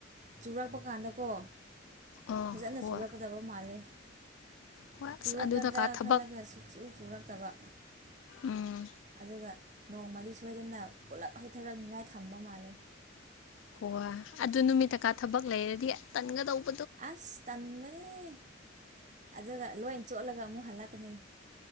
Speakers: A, on the right; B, on the left.
A: ꯆꯨꯔꯛꯄ ꯀꯥꯟꯗꯀꯣ
B: ꯑꯥ
A: ꯐꯖꯅ
B: ꯍꯣꯏ
A: ꯆꯨꯔꯛꯀꯗꯕ ꯃꯥꯜꯂꯦ
B: ꯍꯣꯏ
A: ꯆꯨꯔꯛꯀꯗ꯭ꯔꯥ
B: ꯑꯁ ꯑꯗꯨꯗꯀꯥ ꯊꯕꯛ
A: ꯈꯜꯂꯒ ꯆ ꯆꯨꯔꯛꯇꯕ
B: ꯎꯝ
A: ꯑꯗꯨꯒ ꯅꯣꯡꯃꯗꯤ ꯁꯣꯏꯗꯅ ꯄꯨꯜꯂꯞ ꯍꯩꯊꯔꯛꯅꯤꯉꯥꯏ ꯊꯝꯕ ꯃꯥꯜꯂꯦ
B: ꯍꯣꯏꯣꯏ ꯑꯗꯨ ꯅꯨꯃꯤꯠꯇꯀꯥ ꯊꯕꯛ ꯂꯩꯔꯗꯤ ꯇꯟꯒꯗꯧꯕ
A: ꯑꯁ ꯇꯟꯕꯅꯦ ꯑꯗꯨꯒ ꯂꯣꯏꯅ ꯆꯣꯠꯂꯒ ꯑꯃꯨꯛ ꯍꯜꯂꯛꯀꯅꯤ